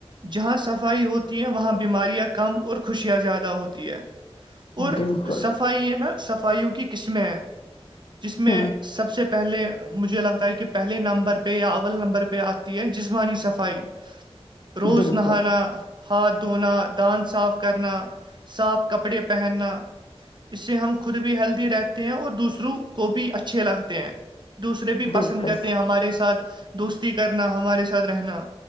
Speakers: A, on the right; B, on the left.
A: جہاں صفائی ہوتی ہیں وہاں بیماریاں کم اور خوشیاں زیادہ ہوتی ہیں اور
B: بالکل
A: صفائی ہے نا صفائیوں کی قسمیں ہیں جس میں
B: ہوں
A: سب سے پہلے مجھے لگتا ہے کہ پہلے نمبر پہ یا اول نمبر پہ آ ہے جسمانی صفائی روز
B: بالکل
A: نہانا ہاتھ دھونا داند صاف کرنا صاف کپڑے پہننا اس سے ہم خود بھی ہیلدی رہتے ہیں اور دوسروں کو بھی اچھے لگتے ہیں دوسرے بھی
B: بالکل
A: پسند کرتے ہیں ہمارے ساتھ دوستی کرنا ہمارے ساتھ رہنا